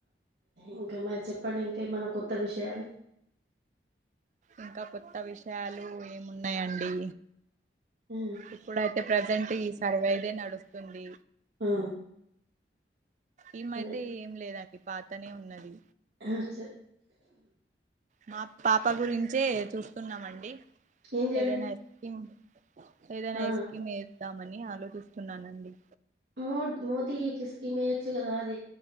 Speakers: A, on the right; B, on the right.
A: ఇంకా మరి చెప్పండి ఇంకా ఏమన్నా కొత్త విషయాలు
B: ఇంకా కొత్త విషయాలు ఏమున్నాయండి
A: ఉ
B: ఇప్పుడు అయితే ప్రజెంట్ సర్వేదే నడుస్తుంది
A: ఆ
B: ఈమైతే
A: అదే
B: ఏం లేదండి పాతనే ఉన్నది
A: ఆచ
B: మా పాప గురించే చూస్తున్నామండి
A: ఏం చేయడానికి
B: ఏదయినా ఐస్కీమ్ ఏదయినా
A: ఆ
B: ఐస్కీమ్ ద్దామని ఆలోచిస్తున్నానండి
A: మో మోదీ <unintelligible> కిసుకమే అచ్చి కాద